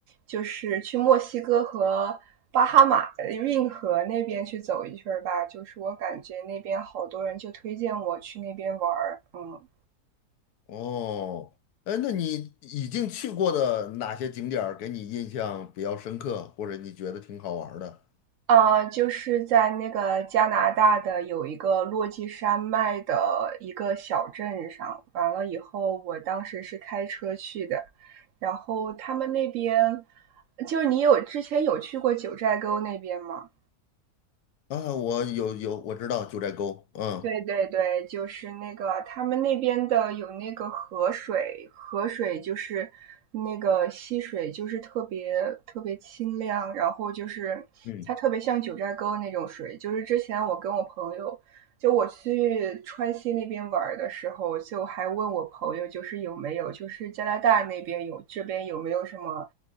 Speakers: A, on the right; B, on the left.
A: 就是去墨西哥和巴哈马呃运河那边去走一圈吧。就是我感觉那边好多人就推荐我去那边玩儿嗯。
B: 哦，哎，那你已经去过的哪些景点儿给你印象比较深刻，或者你觉得挺好玩儿的？
A: 呃，就是在那个加拿大的有一个落基山脉的一个小镇上，完了以后，我当时是开车去的，然后他们那边，就是你有之前有去过九寨沟那边吗？
B: 啊，我有有，我知道九寨沟，嗯
A: 对对对，就是那个他们那边的有那个河水，河水就是那个溪水，就是特别特别清亮，然后就是它特别像九寨沟那种水。
B: 嗯
A: 就是之前我跟我朋友，就我去川西那边玩儿的时候，就还问我朋友，就是有没有，就是加拿大那边有，这边有没有什么，